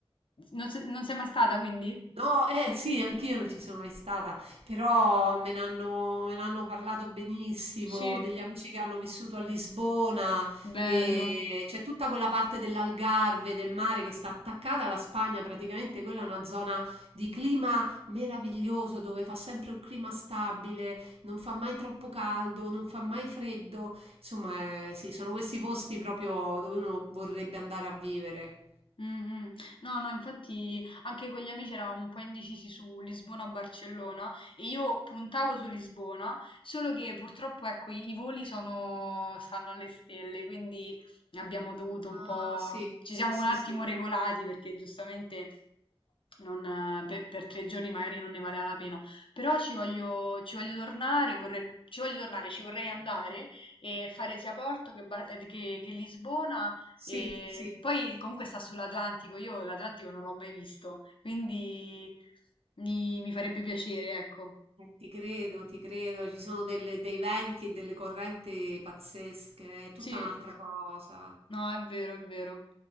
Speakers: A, on the left; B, on the right.
A: Non, se- non sei mai stata, quindi?
B: No, eh sì, anch'io non ci sono mai stata, però me ne hanno, me ne hanno parlato benissimo,
A: Sì,
B: degli amici che hanno vissuto a Lisbona
A: bello.
B: e c'è tutta quella parte dell'Algarve, del mare che sta attaccata alla Spagna, praticamente quella è una zona di clima meraviglioso dove fa sempre un clima stabile, non fa mai troppo caldo, non fa mai freddo, insomma, eh, sì, sono questi posti proprio dove uno vorrebbe andare a vivere.
A: Mh-mh. No, no, infatti anche con gli amici eravamo un po' indecisi su Lisbona o Barcellona e io puntavo su Lisbona, solo che purtroppo ecco i i voli sono stanno alle stelle, quindi abbiamo dovuto un
B: Ah,
A: po'
B: sì,
A: ci
B: sì,
A: siamo
B: sì,
A: un attimo
B: sì.
A: regolati perché giustamente non, eh, per, per tre giorni magari non ne valeva la pena, però ci voglio, ci voglio tornare, vorrei, ci voglio tornare, ci vorrei andare e fare sia Porto che, Bar- eh, che- che Lisbona
B: Sì,
A: e
B: sì.
A: poi comunque sta sull'Atlantico, io l'Atlantico non l'ho mai visto, quindi mi, mi farebbe piacere, ecco.
B: Eh, Ti credo, ti credo, ci sono delle- dei venti e delle correnti pazzesche, è tutta
A: Sì,
B: un'altra cosa.
A: No, è vero, è vero.